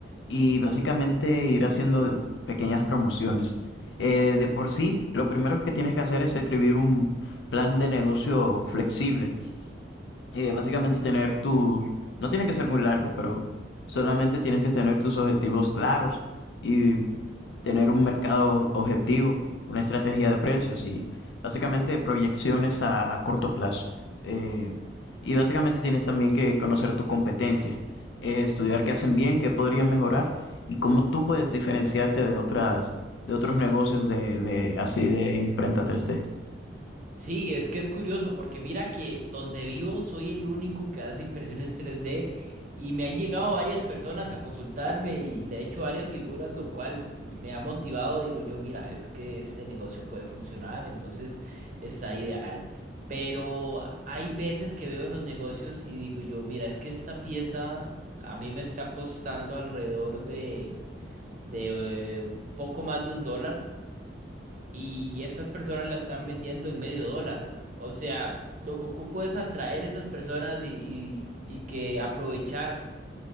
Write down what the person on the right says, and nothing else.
Ok.
Sí, es que es curioso porque mira que donde vivo soy el único que hace impresiones 3D y me han llegado varias personas a consultarme y le he hecho varias figuras, lo cual me me ha motivado. Digo yo, mira, es que ese negocio puede funcionar, entonces está ideal. Pero a- hay veces que veo en los negocios y digo yo, mira, es que esta pieza a mí me está costando alrededor de, de eh, poco más de un dólar y esas personas la están vendiendo en medio dólar. O sea, lo que ocupo es atraer a esas personas y, y, y que aprovechar.